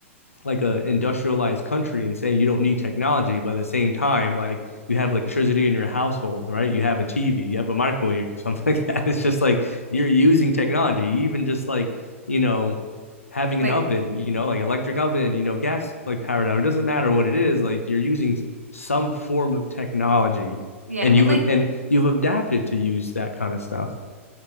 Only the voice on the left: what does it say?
like a industrialized country and saying you don't need technology, but at the same time, like you have electricity in your household, right? You have a TV, you have a microwave or <laughs> something like that. It's just like you're using technology, even just like, you know, having
an oven, you know, like electric oven, you know, gas like powered oven. It doesn't matter what it is, like you're using some form of technology
and
you would
and you've adapted to use that kind of stuff.